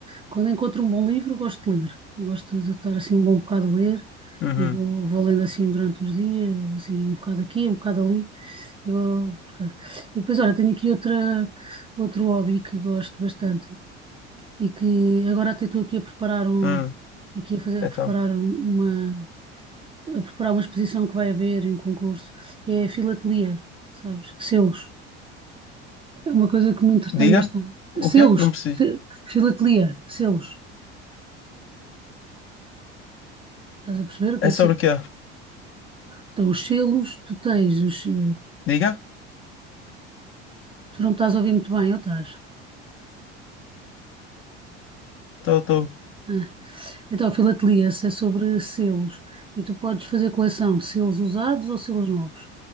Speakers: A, on the right; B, on the left.
A: quando encontro um bom livro, gosto de ler. Gosto de estar assim um bom bocado a ler
B: Uhum.
A: e vou, vou lendo assim durante os dias, assim, um bocado aqui, um bocado ali. E, vou- e depois, olha, tenho aqui outra, outro hobby que gosto bastante e que agora até estou aqui a preparar um,
B: Hum.
A: aqui a fazer,
B: Então,
A: a preparar um, uma, a preparar uma exposição que vai haver e um concurso, que é a filatelia, sabes? Selos. É uma coisa que me entretém
B: diga.
A: bastante.
B: O
A: Selos,
B: quê? Não percebi.
A: se- filatelia, selos. Estás a perceber o
B: É
A: que
B: sobre
A: é selo?
B: o quê?
A: Então, os selos, tu tens os. eh,
B: Diga.
A: Tu não estás a ouvir muito bem, ou estás?
B: Estou, estou.
A: Ah. Então, filatelia se é sobre selos. E tu podes fazer coleção de selos usados ou selos novos.